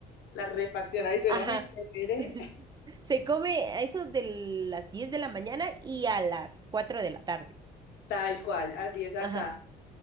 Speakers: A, on the left; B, on the right.
A: La refacción, ahí suena
B: Ajá.
A: muy chévere.
B: <laughs>
A: <laughs>
B: Se come a eso de las 10 de la mañana y a las 4 de la tarde.
A: Tal cual, así es acá.
B: Ajá.